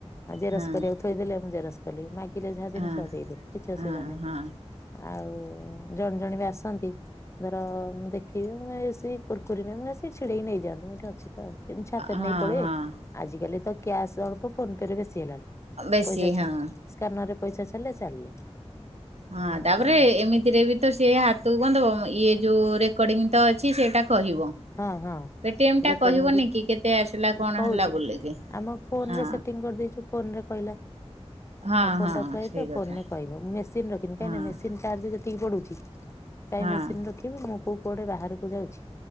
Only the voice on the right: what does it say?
ହଁ
ହଁ
ହଁ
ହଁ
ହଁ
ହଁ
ବେଶୀ
ହଁ।
ହଁ
ତାପରେ ଏମିତିରେ ବି ତ ସେ ହାତକୁ କଣ ଦବ ଇଏ ଯୋଉ ରେକଡିଙ୍ଗ ଅଛି ସେଇଟା କହିବ।
ପେଟିଏମ୍ ଟା
କହିବନି
କି କେତେ ଆସିଲା କଣ ହେଲା ବୋଲିକି
ହଁ।
ହଁ
ହଁ
ସେଇ
କଥା
ହଁ
ହଁ।